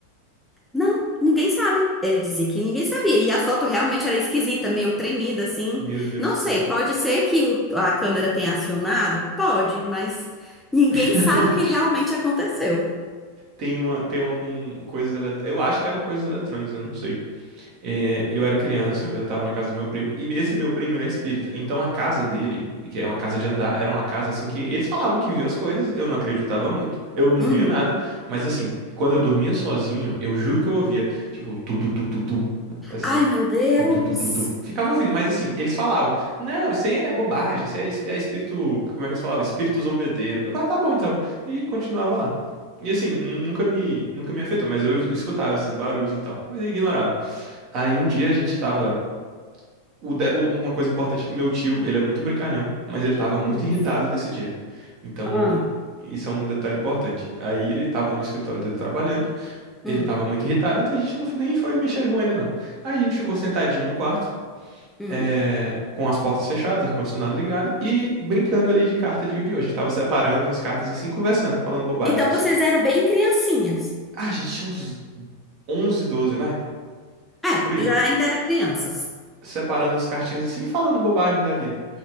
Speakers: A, in the centre; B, on the right.
A: Não, ninguém sabe. Ele dizia que ninguém sabia. E a foto realmente era esquisita, meio tremida, assim.
B: Meu Deus
A: Não
B: do céu.
A: sei, pode ser que o- a câmera tenha acionado? Pode, mas ninguém
B: <laughs>
A: sabe o que realmente aconteceu.
B: Tem uma, tem uma com coisas eletrônicas. Eu acho que eram coisas eletrônicas, eu não sei. É, eu era criança, eu tava na casa do meu primo, e esse meu primo, ele é espírita. Então a casa dele, e que é uma casa de andar, era uma casa assim que eles falavam que viu as coisas, eu não acreditava muito, eu não
A: Uhum.
B: via nada, mas assim, quando eu dormia sozinho, eu juro que eu ouvia, tipo, tu, tu, tu, tu, tu, assim.
A: Ai, meu Deus.
B: Tu, tu, tu, tu, tu. Ficava ouvindo, mas assim, eles falavam: Não, isso aí é bobagem, isso aí é, esp- é espírito. Como é que eles falavam? Espírito zombeteiro. Eu falava, tá bom então. E continuava lá. E assim, nunca me, nunca me afetou, mas eu escutava esses barulhos e tal. Mas eu ignorava. Aí um dia a gente tava. o de- o- Uma coisa importante é que meu tio, ele é muito brincalhão, mas ele tava muito
A: Uhum.
B: irritado nesse dia. Então,
A: Ah,
B: isso é um detalhe importante. Aí ele tava no escritório dele trabalhando,
A: hum,
B: ele tava muito irritado, então a gente não, nem foi mexer com ele, não. Aí a gente ficou sentadinho no quarto
A: hum.
B: é, com as portas fechadas, ar-condicionado ligado e brincando ali de carta de Yu-Gi-Oh! A gente tava separando as cartas assim, conversando, falando bobagem.
A: Então
B: Se-
A: vocês eram bem criancinhas.
B: Ah, a gente tinha uns 11, 12, vai,
A: É,
B: por aí.
A: já ainda era crianças.
B: separando as cartinhas assim e falando bobagem da vida.